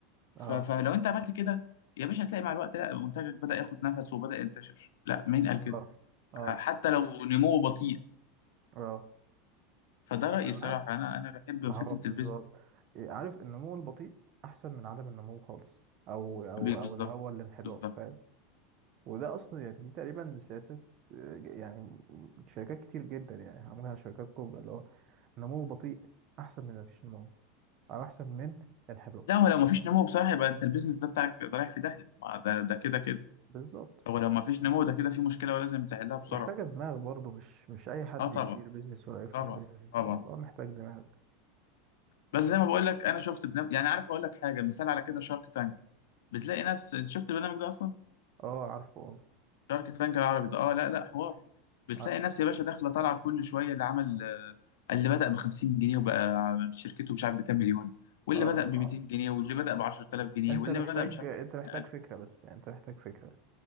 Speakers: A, on the right; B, on the left.
A: اه
B: ف- فلو انت عملت كده يا باشا هتلاقي مع الوقت لا منتجك بدا ياخد نفس وبدا ينتشر لا مين قال كده
A: اه اه
B: حتى لو نموه بطيء
A: اه
B: فده رايي
A: انا معاك
B: بصراحه انا انا بحب
A: ما
B: فكره
A: هو بالظبط
B: البيزنس
A: إيه، عارف النمو البطيء احسن من عدم النمو خالص او او
B: بالظبط
A: او اللي هو الانحدار
B: بالظبط
A: فاهم وده اصلا يعني دي تقريبا سياسه آه، يعني شركات كتير جدا يعني عملها شركات كبرى اللي هو نمو بطيء احسن من مفيش نمو او احسن من انحدار
B: لا هو لو مفيش نمو بصراحة يبقى انت البيزنس ده بتاعك ده رايح في داهية ما ده ده كده كده
A: بالظبط
B: هو لو مفيش نمو ده كده في مشكلة ولازم تحلها بسرعة
A: محتاجه دماغ برضه مش مش اي حد
B: اه طبعا
A: يدير بيزنس ولا يفتح
B: طبعا
A: بيزنس
B: طبعا
A: الموضوع محتاج دماغ
B: بس زي ما بقول لك انا شفت بنف... يعني عارف اقول لك حاجة مثال على كده شارك تانك بتلاقي ناس انت شفت البرنامج ده اصلا
A: اه عارفه اه
B: شارك تانك العربي ده اه لا لا حوار بتلاقي
A: عارف-
B: ناس يا باشا داخلة طالعة كل شوية اللي عمل آه، اللي بدأ ب 50 جنيه وبقى شركته مش عارف بكام مليون واللي
A: اه
B: بدأ ب
A: اه
B: 200 جنيه واللي بدأ ب 10000 جنيه
A: انت
B: واللي
A: محتاج
B: بدأ مش عارف
A: انت
B: ب 50000
A: محتاج فكره بس يعني انت محتاج فكره